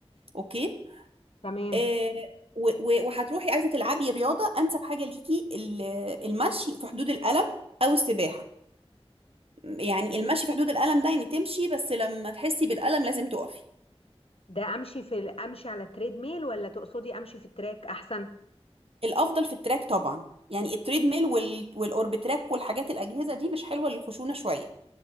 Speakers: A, on the right; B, on the left.
A: اوكي
B: تمام
A: آه، و- و- وهتروحي عايزه تلعبي رياضه انسب حاجه ليكي ال- المشي في حدود الالم او السباحه يعني المشي في حدود الالم ده يعني تمشي بس لما تحسي بالالم لازم تقفي
B: ده امشي في ال- امشي على التريد ميل ولا تقصدي امشي في التراك احسن
A: الافضل في التراك طبعا يعني التريد ميل وال- والاوربتراك والحاجات الاجهزه دي مش حلوه للخشونه شويه